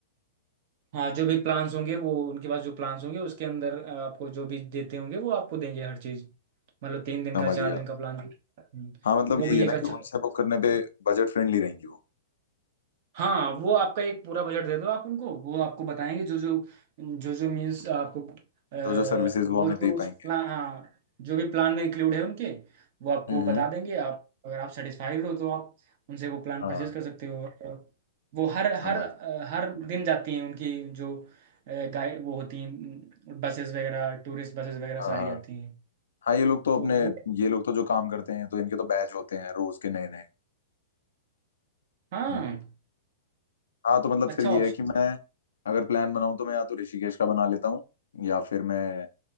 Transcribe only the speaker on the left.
समझ
गया
हाँ मतलब
यही
है
ना कि
उनसे बुक करने पे बजट फ्रेंडली रहेंगी वो
जो जो सर्विसेज
वो हमें
दे
पाएंगे
हम्म
हाँ
समझ
गया
हाँ
हाँ
हाँ ये लोग तो
अपने
ये लोग तो जो काम करते हैं तो इनके तो बैच होते हैं रोज के नए नए
हम्म हाँ तो मतलब
फिर ये
है कि मैं अगर प्लान बनाऊं तो मैं या तो ऋषिकेश का बना लेता हूँ या फिर मैं